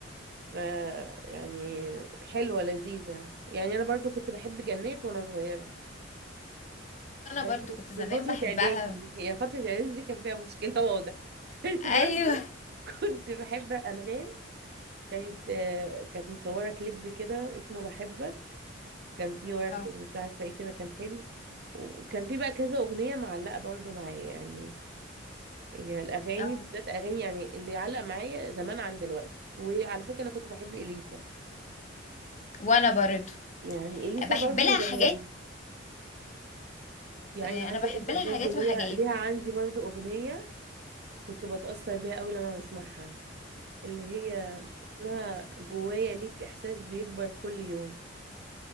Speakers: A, on the right (about 55°); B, on the left (about 40°).
A: ف يعني حلوة لذيذة يعني أنا برضو كنت بحب جنات وأنا صغيرة
B: انا
A: برضو
B: برضو كنت زمان
A: في فترة
B: بحبها
A: إعدادي هي فترة إعدادي دي كان فيها مشكلة واضح <laughs> أنا
B: ايوه
A: برضو كنت بحب أنغام كانت آه، كانت مصورة كليب كده اسمه بحبك كان فيه ورد
B: اه
A: مش عارفة ايه كده كان حلو وكان فيه بقى كذا أغنية معلقة برضو معايا يعني هي الأغاني
B: آه.
A: بالذات أغاني يعني اللي علق معايا زمان عن دلوقتي وعلى فكرة أنا كنت بحب إليسا
B: وانا برضه
A: يعني إليسا
B: بحب
A: برضو
B: لها
A: زمان
B: حاجات
A: يعني
B: آه،
A: عايزه
B: انا بحب
A: اقول لك
B: لها
A: برضو
B: حاجات
A: ليها
B: وحاجات
A: ليها عندي برضو اغنيه كنت بتاثر بيها قوي لما بسمعها اللي هي اسمها جوايا ليك احساس بيكبر كل يوم